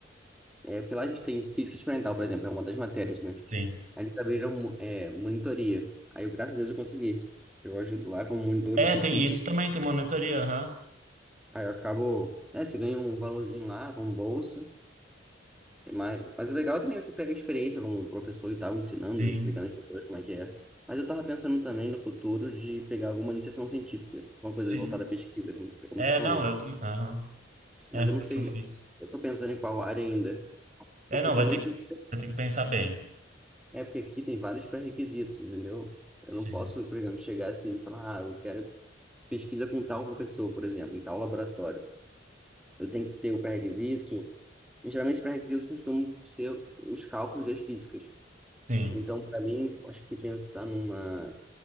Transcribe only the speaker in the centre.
É, porque lá a gente tem física experimental, por exemplo, é uma das matérias, né?
Aí eles abriram mo- é, monitoria. Aí eu, graças a Deus, eu consegui. Eu ajudo lá como monitor
de física.
de
Aí eu acabo. É, você ganha um valorzinho lá, como bolsa. É mais- Mas o legal também é também você pega a experiência como professor e tal, ensinando,
né, explicando às pessoas como é que é. Mas eu tava pensando também no futuro de pegar alguma iniciação científica, uma coisa
voltada à pesquisa, como como
você falou.
Mas eu
não sei,
eu tô pensando em qual área ainda.
Porque
também
tem.
É porque aqui tem vários pré-requisitos, entendeu? Eu
não posso, por exemplo, chegar assim e falar, ah, eu quero pesquisa com tal professor, por exemplo, em tal laboratório. Eu tenho que ter o pré-requisito. E, Geralmente, os pré-requisitos costumam ser os cálculos das físicas.
Então, para mim, eu acho que pensar numa